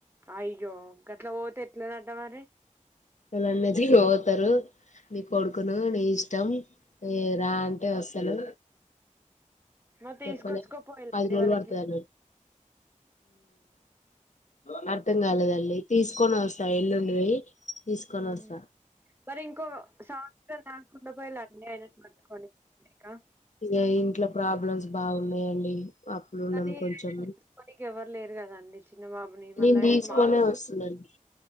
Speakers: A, on the right (about 15°); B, on the left (about 65°).
A: అయ్యో కట్లా ఓతే ఎట్ల నాట్ట మరి
B: ఎలాన్నది తారు నీ కొడుకును నీ ఇష్టం రా అంటే అస్తడు
A: మరి తీసుకొచ్చుకోపోయిళండి
B: చెప్పలే పది రోజులు
A: వాళ్ళకి
B: పడుతది అన్నారు హ అర్ధం కాలేదండి తీసుకొని వస్తా ఎల్లుండి పోయి తీసుకొని
A: ఉమ్.
B: వస్తా
A: మరి ఇంకో సంవత్సరం నాకుండా పోయలా ఆయనను పట్టుకొని ఉండేకా
B: ఏ ఇంట్ల ప్రాబ్లమ్స్ బాగున్నాయండి అప్పులున్నాం
A: కాని
B: కొంచెం
A: ఆయన చుసుకోడానికి ఎవరు లేరు కదండి చిన్న బాబుని
B: నేను
A: మళ్ళీ ఆయనకు
B: తీసుకోనే
A: మాట
B: వస్తుందిండి